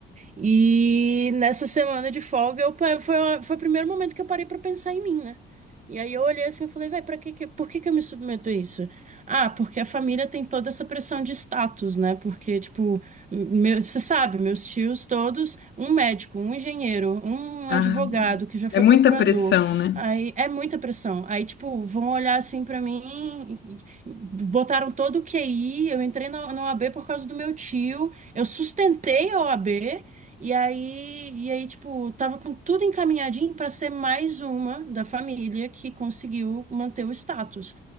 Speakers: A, on the right; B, on the left.
A: E nessa semana de folga, eu, pa- foi, a- foi o primeiro momento que eu parei pra pensar em mim, né? E aí eu olhei assim e falei, vai, para que, que- por que que eu me submeto a isso? Ah, porque a família tem toda essa pressão de status, né? Porque, tipo, meu- você sabe, meus tios todos, um médico, um engenheiro, um
B: ah,
A: advogado que já
B: é
A: foi
B: muita
A: procurador.
B: pressão, né?
A: Aí é muita pressão. Aí, tipo, vão olhar assim pra mim, e- e- botaram todo o QI, eu entrei na na OAB por causa do meu tio, eu sustentei a OAB e aí, e aí, tipo, tava com tudo encaminhadinho pra ser mais uma da família que conseguiu manter o status.